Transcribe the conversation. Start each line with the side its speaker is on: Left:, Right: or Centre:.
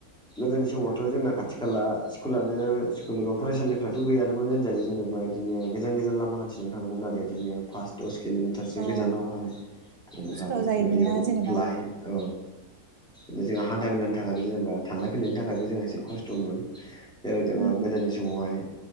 Centre: गोदोनि समावथ' जोंना खाथि खाला स्कुलानो स्कुल एबा फरायसालिफ्राथ' गैयानो मोन होनजायो जेनेबा बायदिनो‌ गोजान गोजान लामा हान्थिनानै थांनांगौमोन‌ आरो इदिनो फास दस किल'मिटारसो गोजानावहाय
Right: औ
Centre: जेनेबा
Right: खस्थ'
Centre: बेफोरबायदियाव
Right: जायोमोन ना जेनेबा
Centre: लाहै औ नो जोंहा हान्था मेलानि थाखायबो जेनेबा थांलाय फैलायनि थाखायबो जोंहा एसे खस्थ'मोन जेराव जों
Right: उम
Centre: गोदोनि समावहाय